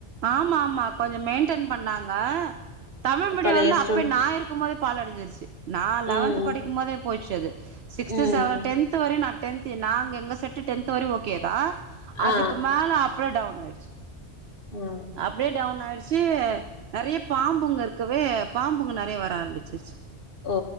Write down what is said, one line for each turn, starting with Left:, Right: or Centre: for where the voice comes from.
Right: ஆமா ஆமா கொஞ்ச மெயின்டென் பண்ணாங்க தமிழ் மீடியம்
Left: பழைய
Right: வந்து
Left: ஸ்டூ
Right: அப்ப நா இருக்கும்போதே பாழ் அடைச்சிருச்சு, நா லெவன்த்
Left: ம்
Right: படிக்கும்போதே போய்டுச்சு அது சிக்ஸ்த்
Left: ம்
Right: செவ டென்த் வரையு நா டென்த்து நாங்க எங்க செட்டு டென்த்து வரயு ஓகேதா அதுக்கு
Left: ஆ
Right: மேல அப்பற டவுன் ஆயிடுச்சி
Left: ஆ
Right: அப்டியே டவுன் ஆயிடுச் சு நெறைய பாம்பு அங்க இருக்கவே பாம்பு நெறையா வர ஆரம்பிச்சிருச்சு
Left: ஓ